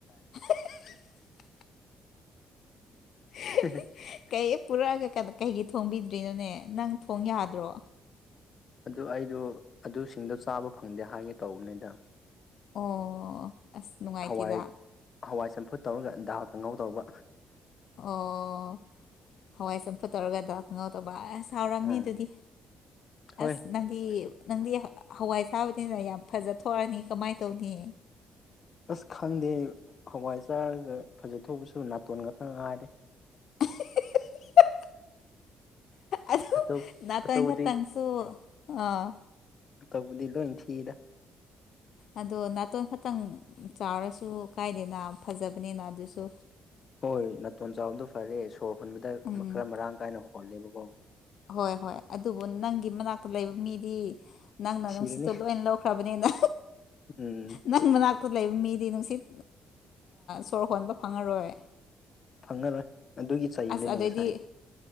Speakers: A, on the left; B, on the left.
A: <unintelligible> <unintelligible>
B: <unintelligible>
A: ꯀꯩ ꯄꯨꯔꯛꯑꯒ ꯀ ꯀꯩꯒꯤ ꯊꯣꯡꯕꯤꯗ꯭ꯔꯤꯅꯣꯅꯦ ꯅꯪ ꯊꯣꯡ ꯌꯥꯗ꯭ꯔꯣ
B: ꯑꯗꯨ ꯑꯩꯗꯣ ꯑꯗꯨꯁꯤꯡꯗꯣ ꯆꯥꯕ ꯐꯪꯗꯦ ꯍꯥꯏꯒꯦ ꯇꯧꯕꯅꯤꯗ
A: ꯑꯣ ꯑꯁ ꯅꯨꯡꯉꯥꯏꯇꯦꯗ
B: ꯍꯋꯥꯏ ꯍꯋꯥꯏ ꯆꯝꯐꯨꯠ ꯇꯧꯔꯒ ꯗꯥꯜ ꯀꯥꯡꯉꯧ ꯇꯧꯕ
A: ꯑꯣ ꯍꯋꯥꯏ ꯆꯝꯐꯨꯠ ꯇꯧꯔꯒ ꯗꯥꯜ ꯀꯥꯉꯧ ꯇꯧꯕ ꯑꯦꯁ ꯍꯥꯎꯔꯝꯅꯤ
B: ꯎꯝ
A: ꯑꯗꯨꯗꯤ
B: ꯍꯣꯏ
A: ꯑꯁ ꯅꯪꯗꯤ ꯅꯪꯗꯤ ꯍꯋꯥꯏ ꯆꯥꯕꯅꯤꯅ ꯌꯥꯝ ꯐꯖ ꯊꯣꯛꯑꯅꯤ ꯀꯃꯥꯏ ꯇꯧꯅꯤ
B: ꯑꯁ ꯈꯪꯗꯦ ꯍꯋꯥꯏ ꯆꯥꯔꯒ ꯐꯖꯊꯧꯕꯁꯨ ꯅꯥꯇꯣꯟ ꯉꯥꯛꯇ ꯉꯥꯏꯔꯦ
A: <unintelligible> ꯑꯗꯨ
B: ꯑꯇꯨ
A: ꯅꯥꯇꯟ
B: ꯑꯇꯨꯕꯨꯗꯤ
A: ꯈꯛꯇꯪꯁꯨ ꯑꯥ
B: ꯇꯧꯕꯨꯗꯤ ꯂꯣꯏ ꯊꯤꯗ
A: ꯑꯗꯣ ꯅꯥꯇꯣꯟ ꯈꯛꯇꯪ ꯆꯥꯎꯔꯁꯨ ꯀꯥꯏꯗꯦꯅ ꯐꯖꯕꯅꯤꯅ ꯑꯗꯨꯁꯨ
B: ꯍꯣꯏ ꯅꯥꯇꯣꯟ ꯆꯥꯎꯕꯗꯣ ꯐꯔꯦ ꯁꯣꯔ ꯍꯣꯟꯕꯗ
A: ꯎꯝ
B: ꯈꯔ ꯃꯔꯥꯡ ꯀꯥꯏꯅ ꯍꯣꯜꯂꯦꯕꯀꯣ
A: ꯍꯣꯏ ꯍꯣꯏ ꯑꯗꯨꯕꯨ ꯅꯪꯒꯤ ꯃꯅꯥꯛꯇ ꯂꯩꯕ ꯃꯤꯗꯤ ꯅꯪꯅ
B: ꯁꯤꯔꯅꯤ
A: ꯅꯨꯡꯁꯤꯠꯇꯣ ꯂꯣꯏꯅ ꯂꯧ ꯈ꯭ꯔꯕꯅꯤꯅ
B: ꯎꯝ
A: ꯅꯪ ꯃꯅꯥꯛꯇ ꯂꯩꯕ ꯃꯤꯗꯤ ꯅꯨꯡꯁꯤꯠ ꯁꯣꯔ ꯍꯣꯟꯕ ꯐꯪꯉꯔꯣꯏ
B: ꯐꯪꯉꯔꯣꯏ ꯑꯗꯨꯒꯤ ꯆꯩꯕꯅꯤꯅꯦ
A: ꯑꯁ ꯑꯗꯩꯗꯤ
B: ꯉꯁꯥꯏ